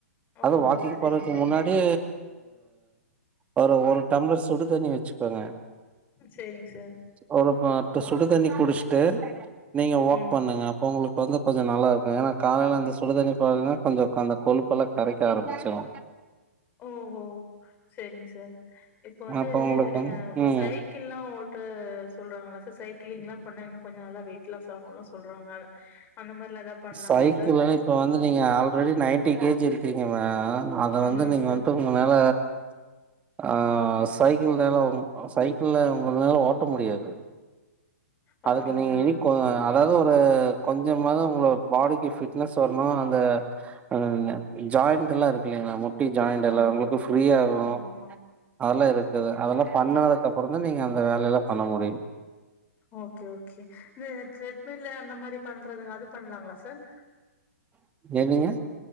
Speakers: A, on the left; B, on the right.
A: ஓ
B: அது வாக்கிங்
A: ஓ செரிங்க
B: போறதுக்கு
A: சார்
B: முன்னா டி ஒரு ஒரு டம்ளர் சுடு தண்ணி வச்சுக்கோங்க
A: செரிங்க சார்
B: ஒரு பாட்டு சுடு தண்ணி குடுச்ட்டு நீங்க வாக்
A: ம்
B: பண்ணுங்க அப்போ உங்களுக்கு வந்து கொஞ்ச நல்லாருக்கு ஏனா காலைல அந்த சுடுதண்ணி பாத்னா கொஞ்ச அந்த கொழுப்பெல்லா கரைக்க ஆரம்பிச்சிரு
A: ஓஹோ சேரிங் சார் இப்ப வந்து
B: அப்ப உங்களுக்கு
A: அ
B: வந்து ம்
A: சை க்கிள்லா ஓட்ட சொல்றாங்கள சார் சைக்கிளிங்லா பண்ணா இன்னு கொஞ்ச நல்லா வெயி ட் லாஸ் ஆகுல்லா சொல்றாங்க அது அந்த மாரிலா எதா பண்லாங்களா
B: சைக்கிள்ல்ல
A: சார்
B: இப்ப வந்து நீங்க ஆல்ரெடி நைன்டி கே ஜி இருக்கீங்க மே அத வந்து
A: ஆமாங்க
B: நீங்க
A: சார்
B: வன்ட்டு உங்னால ஆ சைக்கிள் நேரா சைக்கிள்ல உங்கனால ஓட்ட முடியாது
A: அப்டிங்களா
B: அதுக்கு நீங்க இனிக் கொ அதாவது ஒரு கொஞ்சமாது உங்களோட பாடிக்கு ஃபிட்னஸ் வரணு அந்த அதாவ்து யா ஜாயிண்டுலா இருக்கு இல்லீங்களா முட்டி ஜாயிண்டெல்லா
A: ஆமா
B: உங்களுக்கு ஃப்ரீயாகு
A: ஆமா ஆமா
B: அதெல்லா இருக்குது அதெல்லா பண்ணதுக்கப்புறந்தா நீங்க அந்த வேல எல்லா பண்ண முடியு
A: ஓகே ஓகே இந்த த்ரெட்மில் அந்த மாரி பண்றதுங்க அது பண்லாமா சார்
B: எதுங்க